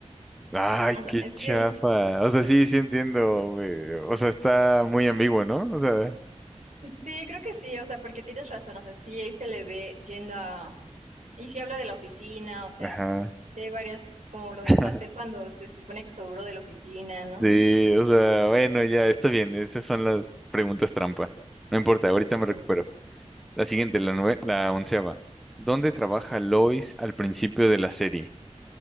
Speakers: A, in the centre; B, on the right.
A: Ay,
B: O sea,
A: qué
B: es
A: chafa.
B: que
A: O sea, sí, sí entiendo. güey. O sea, está muy ambiguo, ¿no? O sea,
B: sí, creo que sí, o sea, porque tienes razón, o sea, sí ahí se le ve yendo a... Y sí habla de la oficina, o sea,
A: ajá.
B: sí hay varias, como lo del
A: <laughs>
B: pastel cuando se supone que sobró de la oficina, ¿no?
A: Sí, o sea, bueno, ya está bien. Esas son las preguntas trampa. No importa, ahorita
B: Bueno,
A: me recupero. La siguiente, la nue- la onceava. ¿Dónde trabaja Lois al principio de la serie?